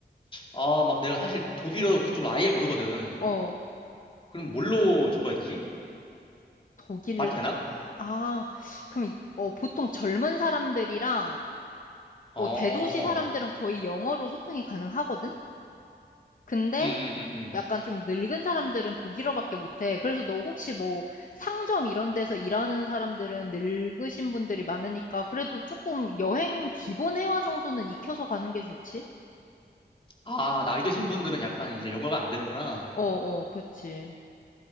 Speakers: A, on the left (about 25°); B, on the left (about 45°).
A: 아, 막 내가 사실 독일어 그쪽을 아예 모르거든.
B: 어,
A: 그럼 뭘로 적어야 되지?
B: 독일,
A: 말이 되나?
B: 어, 아, 그럼, 이- 어, 보통 젊은 사람들이랑,
A: 어,
B: 뭐, 대도시 사람들은 거의 영어로 소통이 가능하거든? 근데,
A: 음, 음, 음, 음.
B: 약간 좀 늙은 사람들은 독일어밖에 못해. 그래서 너 혹시 뭐 상점 이런 데서 일하는 사람들은 늙으신 분들이 많으니까 그래도 조금 여행 기본 회화 정도는 익혀서 가는 게 좋지?
A: 아, 나이 드신 분들은 약간 이제 영어가 안 되는구나.
B: 어, 어, 그치.